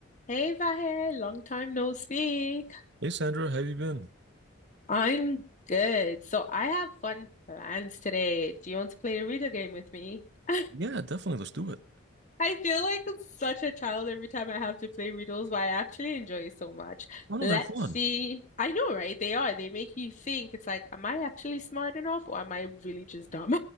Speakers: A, on the left; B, on the right.
A: Hey Vahe, long time no speak.
B: Hey Sandra, how you been?
A: I'm good. So I have fun plans today. Do you want to play a riddle game with me? <laughs>
B: Yeah, definitely. Let's do it.
A: I feel like such a child every time I have to play riddles, but I actually enjoy it so much.
B: Oh no,
A: Let's
B: they're fun.
A: see. I know, right? They are. They make you think. It's like, am I actually smart enough or am I really just dumb?